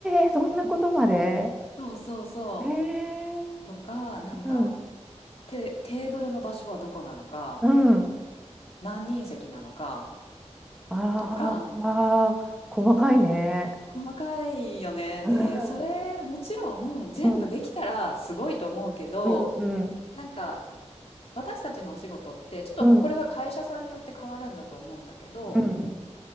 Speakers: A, in the centre; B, on the left (about 55°).
A: えそんなことまで
B: そうそうそう、
A: ええ
B: とか、なんか、
A: うん。
B: テ、テーブルの場所はどこなのか、
A: うん。
B: 何人席なのか、
A: あ
B: とか、
A: あ、細かいね。
B: 細かいよね。
A: うん。
B: で、それもちろん全部できたらすごいと思うけど、
A: うん、うん、うん、
B: なんか私たちのお仕事ってちょっとまあこれは会社さんによって変わるんだと思うんだけど、
A: うん。うん。